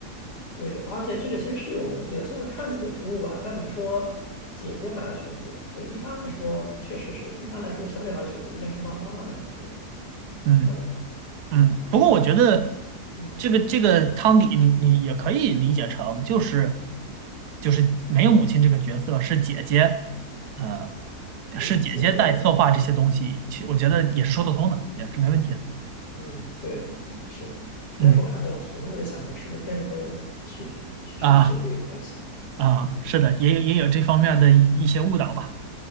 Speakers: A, on the left; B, on the right.
A: 对，而且这个其实是有逻辑的，虽然看似有突兀吧，但你说姐姐买了裙子，对，一般来说确实是，一般来说小女孩的裙子应该是妈妈妈买的，对，
B: 嗯。
A: 可能会，
B: 嗯，不过我觉得
A: 对，嗯，
B: 这个这个汤底你，你也可以理解成就是就是没有母亲这个角色，是姐姐，呃，
A: 对，
B: 是姐姐在策划这些东西，
A: 姐姐和
B: 其我觉得也是说得通的，也是没问题的。
A: 嗯，对，我觉得是的，主要是我看那个红，
B: 嗯
A: 我就想着是不是跟什么血血血血血液有关系，
B: 啊啊，是的，也有也有这方面的一一些误导吧。